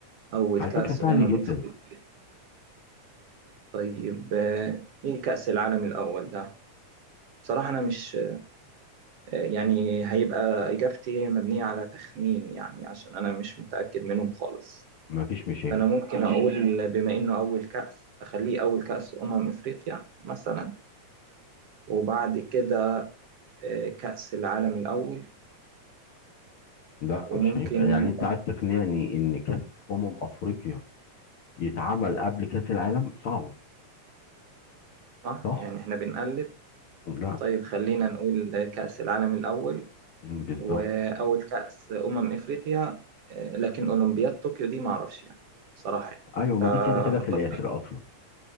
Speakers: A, on the right; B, on the left.
A: اول
B: على
A: كأس
B: فكرة سهل
A: امم
B: جدا
A: افريقيا طيب آه، ايه كأس العالم الاول ده بصراحة أنا مش يعني هيبقى إجابتي مبنية على تخمين يعني عشان أنا مش متأكد منهم خالص
B: مفيش مشاكل
A: فأنا ممكن أقول بما إنه أول كأس أخليه أول كأس أمم إفريقيا مثلا وبعد كده آه، كأس العالم الأول
B: لا
A: وممكن
B: مش هينفع يعني انت عايز تقنعني ان كاس امم افريقيا يتعمل قبل كاس العالم صعبة
A: صح
B: صح
A: يعني إحنا بنقلب
B: لا
A: طيب خلينا نقول كأس العالم الأول
B: مم، بالظبط
A: وأول كأس أمم إفريقيا آه، لكن أولمبياد طوكيو دي معرفش يعني بصراحة يعني
B: ايوه ما
A: فحطها
B: دي كده كده في الاخر اصلا